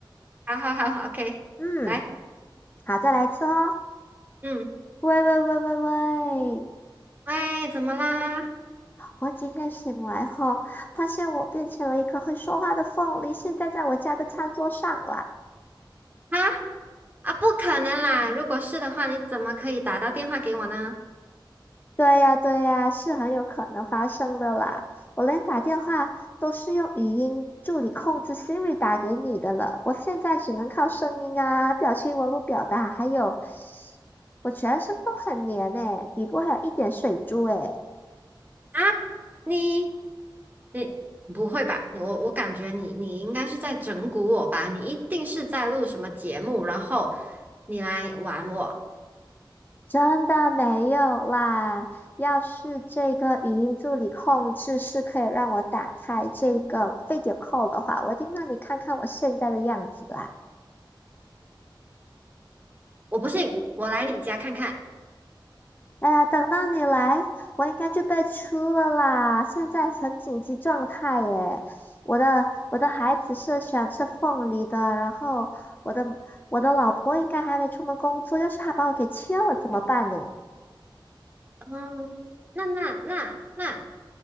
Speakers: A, on the right (about 20°); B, on the left (about 25°).
A: 好好好好，OK，
B: 嗯，
A: 来，
B: 好，再来一次哦。
A: 嗯，
B: 喂喂喂喂喂！
A: 喂，怎么啦？
B: 我今天醒来后，发现我变成了一颗会说话的凤梨，现在在我家的餐桌上啦。
A: 啊啊，不可能啦！如果是的话，你怎么可以打到电话给我呢？
B: 对呀，对呀，是很有可能发生的啦。我连打电话都是用语音助理控制 Siri 打给你的了，我现在只能靠声音啊、表情文物表达，还有我全身都很黏诶，底部还有一点水珠诶，
A: 啊，你你不会吧？你我我感觉你你应该是在整蛊我吧？你一定是在录什么节目，然后你来玩我。
B: 真的没有啦。要是这个语音助理控制是可以让我打开这个 video call 的话，我一定让你看看我现在的样子啦。
A: 我不信，我来你家看看。
B: 哎呀，等到你来，我应该就被出了啦！现在很紧急状态耶，我的我的孩子是想吃凤梨的，然后我的我的老婆应该还没出门工作，要是她把我给切了怎么办呢？
A: 嗯，那那那那